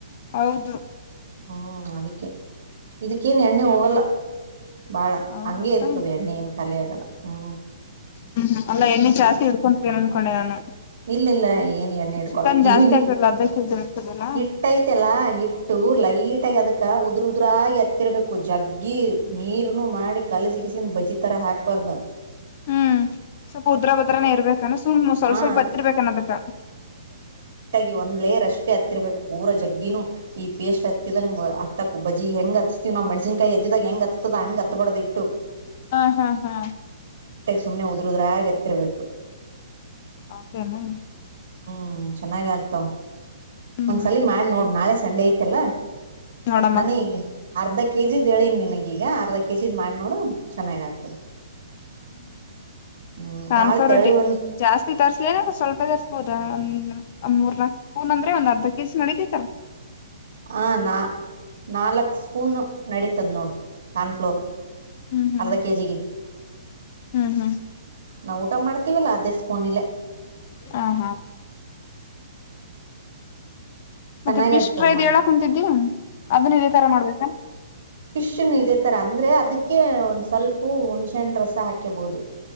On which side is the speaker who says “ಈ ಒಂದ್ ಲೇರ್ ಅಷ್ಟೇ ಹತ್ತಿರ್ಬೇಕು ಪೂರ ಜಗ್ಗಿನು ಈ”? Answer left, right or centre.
Right